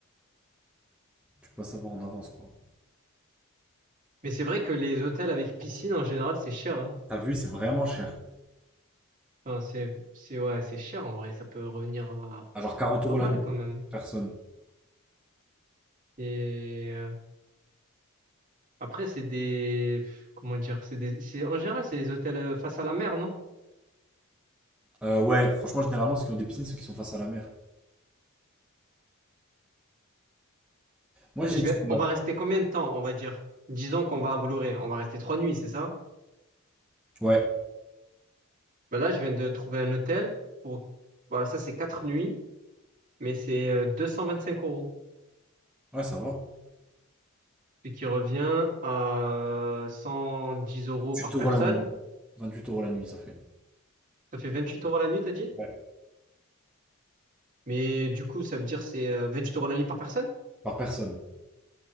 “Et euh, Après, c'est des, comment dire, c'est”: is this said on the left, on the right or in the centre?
Right